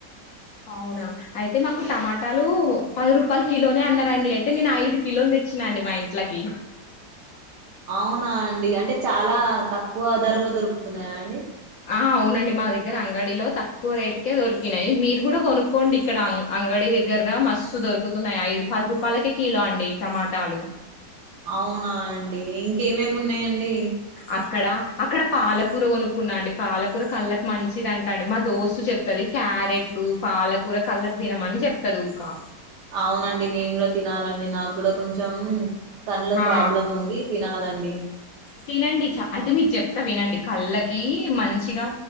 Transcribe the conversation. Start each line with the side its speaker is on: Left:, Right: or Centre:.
Left: అవునా అయితే మాకు టమాటాలు పది రూపాయలు కిలోనే అన్నారండి అయితే నేను ఐదు కిలోలు తెచ్చినాఅండి మా ఇంట్లకి
Right: అవునా అండి అంటే చాలా తక్కువ ధరలో దొరుకుతున్నాయా అండి
Left: ఆ అవునండి మా దగ్గర అంగడిలో తక్కువ రేటుకే దొరికినాయి మీరు కూడా కొనుక్కోండి ఇక్కడ అంగడి దగ్గర మస్తు దొరుకుతున్నాయి ఐదు పది రూపాయలకే కిలో అండి టమాటాలు
Right: అవునా అండి ఇంకేమేమి ఉన్నాయంండి
Left: అక్కడ అక్కడ పాలకు కూూర కొనుక్కున్నా అండి పాలకూర కళ్ళకి మంచిది అంటా అండి మా దోస్తు చెప్తది క్యారెట్లు పాలకూర కళ్ళకు తినమ అని చెప్తదికా
Right: అవునండి నేను కూడా తినాలండి నాకు కూడా కొంచెం కన్నల
Left: హా
Right: ప్రాబ్లం ఉంది తినాలండి అడి
Left: తినండి చ అయితే మీకు చెప్తా వినండి కళ్ళకి మంచిగా